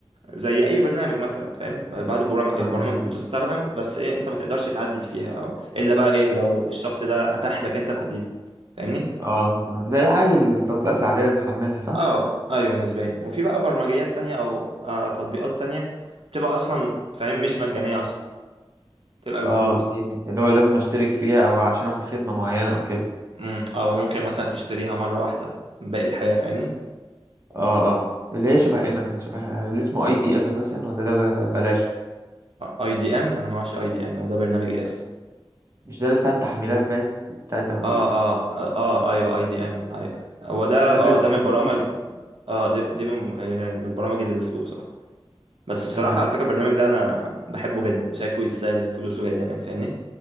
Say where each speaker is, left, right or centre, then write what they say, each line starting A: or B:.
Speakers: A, on the right; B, on the right.
A: زي اي برنامج مثلا فاهم بعض البرام-
B: اه
A: البرامج
B: زي
A: بتستخدم بس ايه انت ما تقدرش تعدل فيها او الا بقى ايه لو الشخص ده اتاح لك انت تحديدا فاهمني
B: اه آه، زي عادي التطبيقات العادية اللي بنحملها صح؟
A: اه ايوه نسبيا وفي بقى برمجيات تانية او آه تطبيقات تانية بتبقى اصلا فاهم مش مجانيه اصلا بتبقى بفلوس
B: اه دي اللي هو لازم اشترك فيها او عشان اخد خدمة معينة او كده
A: مم، او ممكن مثلا تشتريها مره واحده باقي الحياه فاهمني
B: اه اه اللي هي شبه ايه مثلا شبه آه، اللي اسمه اي دي ام مثلا ولا ده ب- بلاش
A: اي دي ام انا ما اعرفش اي دي ام هو ده برنامج ايه اصلا
B: مش ده اللي بتاع التحميلات باين بتاع الداونلود
A: اه اه اه آه، ايوه اي دي ام ايوه هو ده
B: ده
A: اه
B: ب-
A: ده من
B: ده
A: البرامج
B: بفلوس
A: اه دي دي من آه، من البرامج اللي بفلوس اه بس بصراحة
B: تمام
A: على فكرة البرنامج ده انا بحبه جدا شايفه يستاهل فلوسه جدا يعني فاهمني